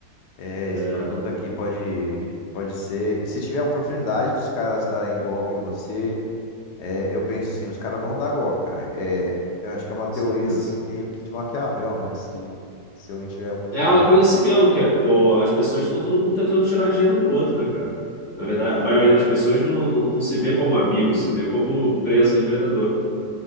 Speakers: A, on the left; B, on the left.
A: é,
B: é,
A: esse produto aqui pode, pode ser. Se tiver a oportunidade dos caras darem golpe em você, é, eu penso assim, os caras vão dar golpe, cara. É, eu acho que é uma teoria,
B: com certeza.
A: assim, meio que de Maquiavel, né? Se, se alguém tiver a oportunidade.
B: É uma coisa assim mesmo, que é, o- as pessoas estão todo mundo tentando tirar dinheiro do outro, né, cara? Na
A: né?
B: verdade, a maioria das pessoas não, não, não se vê como amigo, se vê como presa a empreendedor.